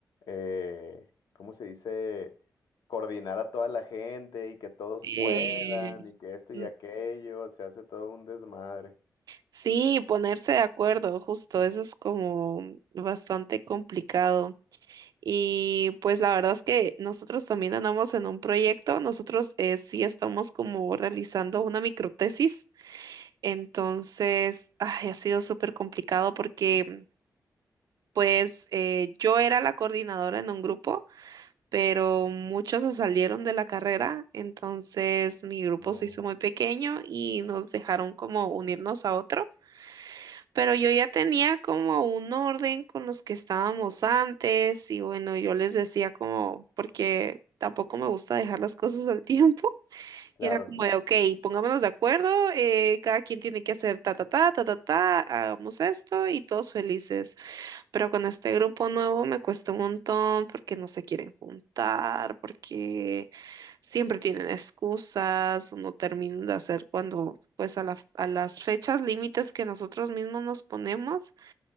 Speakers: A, on the left; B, on the right.
A: eh, ¿cómo se dice? Coordinar a toda la gente y que todos
B: Eh,
A: puedan y que esto y
B: mm,
A: aquello, se hace todo un desmadre.
B: sí, ponerse de acuerdo, justo, eso es como bastante complicado. Y pues la verdad es que nosotros también andamos en un proyecto, nosotros eh, sí estamos como realizando una microtesis, entonces ay, ha sido súper complicado porque pues eh, yo era la coordinadora en un grupo, pero muchos se salieron de la carrera, entonces mi grupo
A: No.
B: se hizo muy pequeño y nos dejaron como unirnos a otro. pero yo ya tenía como un orden con los que estábamos antes y bueno, yo les decía como, porque tampoco me gusta dejar las cosas al tiempo.
A: Claro.
B: Y era como de, ok, pongámonos de acuerdo, eh, cada quien tiene que hacer ta, ta, ta, ta, ta, ta, hagamos esto y todos felices. Pero con este grupo nuevo me cuesta un montón porque no se quieren juntar, porque siempre tienen excusas o no terminan de hacer cuando, pues a la- a las fechas límites que nosotros mismos nos ponemos.